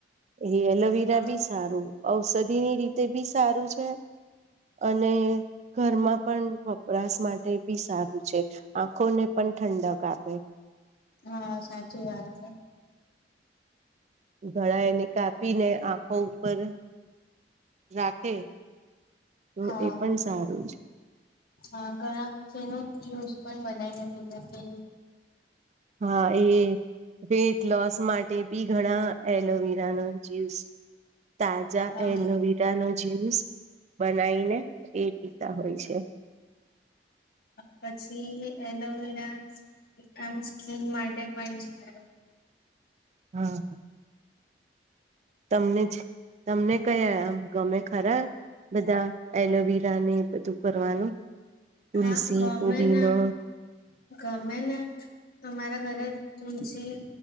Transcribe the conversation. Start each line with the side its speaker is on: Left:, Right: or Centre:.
Right: એ એલોવીરા
Left: હા
Right: બી સારું ઔષધિની રીતે બી સારું છે અને ઘરમાં પણ વપરાશ માટે બી સારું છે. આંખોને પણ ઠંડક આપે.
Left: હા સાચી વાત છે.
Right: ઘણા એને કાપી ને આંખો ઉપર <unintelligible> રાખે. તો
Left: હા
Right: એ પણ સારું છે.
Left: હા ઘણા જે નુ જ્યુસ પણ બનાઈ ને પીવે છે.
Right: હા એ વેટ લોસ માટે બ ઘણા એલોવિરા ન જયુસ તાજા
Left: હા.
Right: એલોવરા ટા નો જ્યુસ બનાવીને એ પીતા હોય છે.
Left: પછી એલોવેરા આમ સ્કીન માટે પણ સારું.
Right: હા. તમને જ તમને કયા ગમે ખરા? બધા એલોવીરા ને બધું કરવાનું.? તુલસી
Left: હા ગમેને
Right: ફુદીનો
Left: <unintelligible> ગમે ના. અમારા ઘરે તુલસી